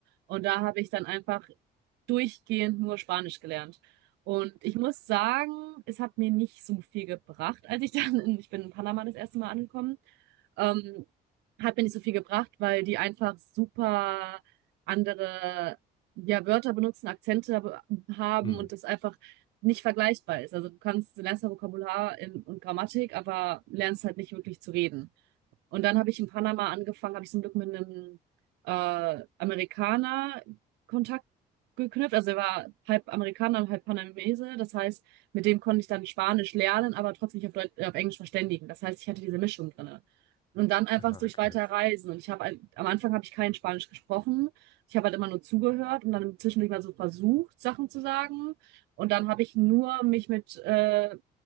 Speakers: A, on the right (about 85°); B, on the left (about 30°).
A: und da habe ich dann einfach durchgehend nur Spanisch gelernt. Und ich muss sagen, es hat mir nicht so viel gebracht, als ich <laughs> dann in, ich bin in Panama das erste Mal angekommen ähm, hat mir nicht so viel gebracht, weil die einfach super andere ja, Wörter benutzen, Akzente be- haben
B: Hm.
A: und das einfach nicht vergleichbar ist. Also du kannst, du lernst ja Vokabular in, und Grammatik, aber lernst halt nicht wirklich zu reden. Und dann habe ich in Panama angefangen, habe ich zum Glück mit einem äh, Amerikaner Kontakt geknüpft. Also er war halb Amerikaner und halb Panamese. Das heißt, mit dem konnte ich dann Spanisch lernen, aber trotzdem mich auf, Deut äh, auf Englisch verständigen. Das heißt, ich hatte diese Mischung drinne. Und dann einfach
B: Ah,
A: durch
B: okay.
A: weiter Reisen. Und ich habe ein- am Anfang habe ich kein Spanisch gesprochen. Ich habe halt immer nur zugehört und dann zwischendurch mal so versucht, Sachen zu sagen. Und dann habe ich nur mich mit äh,